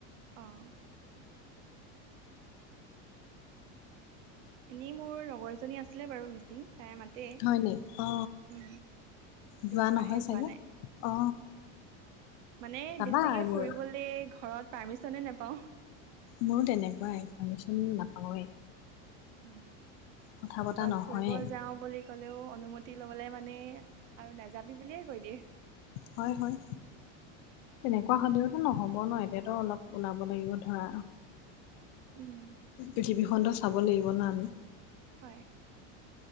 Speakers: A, on the right; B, on the left.
A: অ এনেই মোৰ লগৰ এজনী আছিলে বাৰু মিচিং। তাইৰ মাতে কিন্ত
B: হয় নি অ যোৱা
A: যোৱাহে
B: নহয় চাগে
A: হোৱা নাই।
B: অ
A: মানে
B: যাবা
A: বেছিকে
B: এইবোৰ
A: ফুৰিবলে ঘৰত পাৰ্মিচনে নোপাওঁ?
B: ময় তেনেকুৱা ইনফাৰ্মেশ্যন নাপাওঁৱেই?
A: উম
B: কথা
A: কৰবাত
B: পতা নহয়ে
A: ফুৰিব যাও বুলি। ক'লেও অনুমতি ল'বলৈ মানে আৰু নাযাবি বুলিয়ে কৈ দিয়ে।
B: হয় হয় তেনেকুৱা হলেও। নহব ন এতিয়াতো অলপ ওলাব লাগিব ধৰা
A: উম
B: পৃথিৱী। <unintelligible> এটো চাব লাগিব ন আমি।
A: হয়